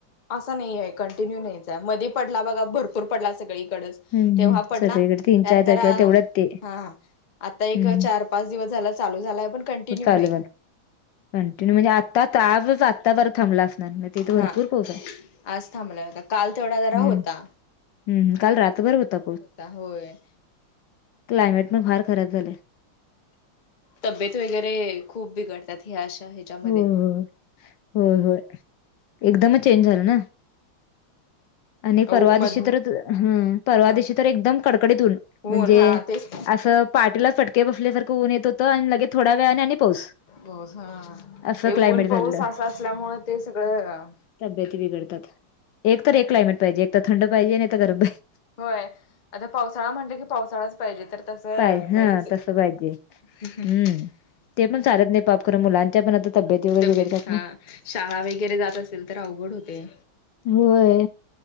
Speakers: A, on the left; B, on the left.
A: असा नाईये कंटिन्यू नाहीच ए मधी पडला बघा भरपूर पडला सगळीकडच.
B: हम्म
A: तेव्हा
B: हम्म
A: पडला
B: सगळीकडे तीन
A: त्यानंतर
B: चार तारखेला
A: हा
B: तेवढ्याच ते
A: आता
B: हम्म
A: एक चार पाच दिवस झाला चालू झालाय पण कंटिन्यू
B: चालू
A: नाय.
B: झालं कंटिन्यू म्हणजे आता आजच आता बर थांबला असणार. तिथे भरपूर
A: हा
B: पाऊस आहे
A: आज थांबलाय काल तेवढा जरा
B: हम्म
A: होता.
B: हम्म काल रात बर होता.
A: होता होय.
B: क्लायमेटन फार खराब झालय.
A: तब्येत वगैरे खूप बिघडतात ह्या अशा ह्याच्या मध्ये.
B: हो हो होय होय एकदमच चेंज झालं ना. आणि
A: हो
B: परवा
A: मध
B: दिशी तर हम् परवा
A: हा
B: दिशी तर एकदम कडकडीत ऊन म्हणजे
A: ऊन हा तेच
B: असं पाटीला फटके बसल्यासारखं ऊन येत होतं आणि लगे थोड्या वेळा आणि पाऊस.
A: हो हा
B: असं
A: ते
B: क्लायमेट
A: ऊन
B: झालेलं
A: पाऊस असा असल्यामुळ ते सगळं
B: तब्येत बिघडतात एक तर एक क्लायमेट पाहिजे एक तर थंड पाहिजे नाही तर गरम पाहिजे.
A: होय आता पावसाळा म्हणलं की पावसाळाच पाहिजे तर तसं
B: पाहिजे
A: नाय
B: हा तसं पाहिजे.
A: <unintelligible>
B: हम्म. ते पण चालत नाय पाप खर मुलांच्या पण आता तब्येती वगैरे
A: तब्येत
B: बिघडतात
A: हा
B: ना.
A: शाळा वगैरे जात असेल तर अवघड होते.
B: व्हय